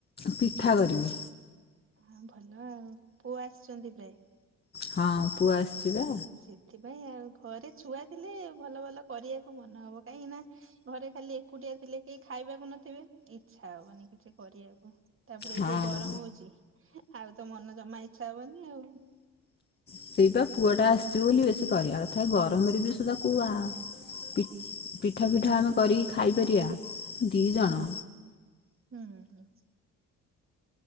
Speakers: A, on the left; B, on the right.
A: ପିଠା କରିବି।
B: ହଁ ଭଲ ଆଉ ପୁଅ ଆସିଛନ୍ତି ପ୍ରାୟ?
A: ହଁ ପୁଅ ଆସିଛି ତ,
B: ସେଥିପାଇଁ ଆଉ ଘରେ ଛୁଆ ଥିଲେ ଭଲ ଭଲ କରିବାକୁ ମନେ ହବ କାହିଁକି ନା, ଘରେ ଖାଲି ଏକୁଟିଆ ଥିଲେ କେହି ଖାଇବାକୁ ନଥିବେ ଇଚ୍ଛା ହବ ନି କିଛି କରିବାକୁ? ତାପରେ ଏଇ
A: ହଁ
B: ଯୋଉ ଗରମ ହଉଛି ଆଉ ତ ମନ ଜମା ଇଚ୍ଛା ହବନି ଆଉ,
A: ସେଇବା ପୁଅ ଟା ଆସିଛି ବୋଲି ବେଶୀ କରିବା କଥା ଗରମରେ ବି ସୁଧା କୋଉଆ ପିଠା, ପିଠା ଆମେ କରିକି ଖାଇପାରିବା ଦିଇ ଜଣ?
B: ହଁ। ହୁଁ, ହୁଁ।